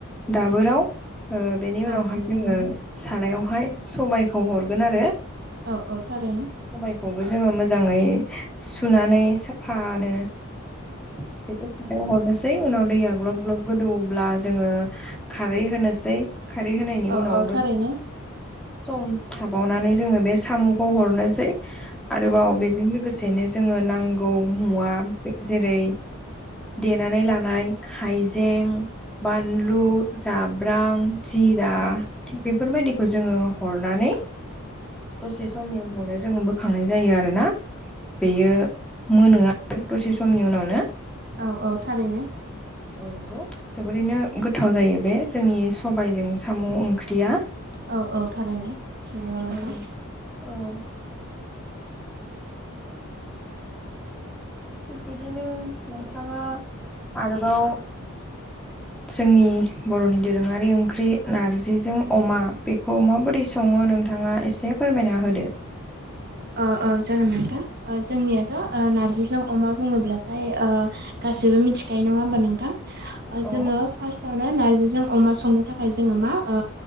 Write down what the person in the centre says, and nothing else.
दाबोराव बेनि उनावहाय
जोङो
सारायाव हाय सबबायखौ हरगोन आरो।
सबायखौबो जोङो मोजाङै सुनानै साफानो बेखौ खारायाव हरनोसै उनाव दैया ग्लब ग्लब गोदौब्ला जोङो खारै होनोसै। खारै होनायनि
उनाव
सम थाबावनानै जोङो बे साम'खौ हरनोसै आरोबाव
बेजों लोगोसे एसेनो जोङो नांगौ मुवा जेरै देनानै लानाय हाइजें बानलु जाब्रां जिरा थिग बेफोरबायदिखौ जोङो हरनानै
दसे समनि उनावनो जोङो बोखांनाय जायो आरोना बेयो मोनो आरो दसे समनि उनावनो
औ नंगौ जोबोरैनो गोथाव जायो बे जोंनि सबाइजों साम' ओंख्रिया
औ औ थिग बिदिनो नोंथाङा आरोबाव जोंनि बर'नि दोरोङारि ओंख्रि नारजिजों अमा बेखौ माबोरै सं सङो नोंथांआ एसे फोरमायना होदो
औ